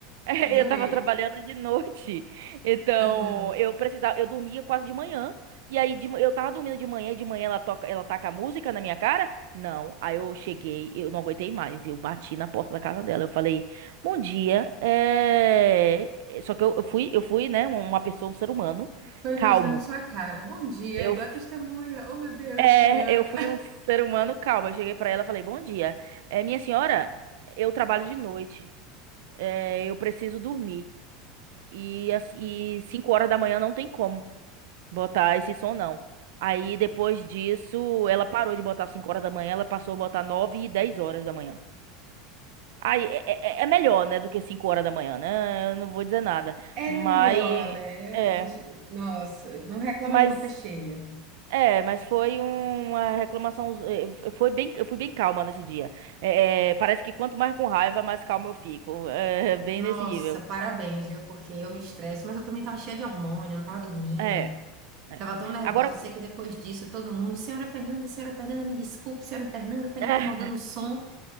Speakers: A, on the right; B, on the right.
A: <laughs>
B: Adorei.
A: Eu tava trabalhando de noite, então
B: Aham.
A: eu precisava, eu dormia quase de manhã. E aí de ma- eu tava dormindo de manhã, e de manhã ela toca, ela taca a música na minha cara? Não. Aí eu cheguei, eu não aguentei mais, eu bati na porta da casa dela. Eu falei: "Bom dia". É... Só que eu, eu fui, eu fui, né, uma pessoa, um ser humano
B: Tô imaginando
A: calmo.
B: sua cara. Bom dia,
A: Eu
B: igual
A: f-
B: a testemunha. Oh, meu Deus,
A: é,
B: de manhã.
A: eu fui um ser humano calmo. Eu cheguei pra ela e falei: "Bom dia. É, minha senhora, eu trabalho de noite. É, eu preciso dormir. E, as- e 5 horas da manhã não tem como botar esse som, não. Aí depois disso, ela parou de botar 5 horas da manhã, ela passou a botar 9 e 10 horas da manhã. Aí é, é- é é melhor, né, do que 5 horas da manhã, né? Eu não vou dizer nada.
B: É
A: Mas
B: melhor, né?
A: é,
B: A gente, nossa, não reclama
A: mas
B: de boca cheia.
A: é, mas foi uma reclamação, eh, foi bem, eu fui bem calma nesse dia. É, é, parece que quanto mais com raiva, mais calma eu fico. É, bem
B: Nossa,
A: nesse nível.
B: parabéns, viu? Porque eu me estresso, mas eu também tava cheia de hormônio, não tava dormindo.
A: É. é.
B: Tava tão nervosa.
A: Agora,
B: Eu sei que depois disso, todo mundo, senhora Fernanda, senhora Fernanda, me desculpe, senhora Fernanda, tá
A: é,
B: incomodando o som.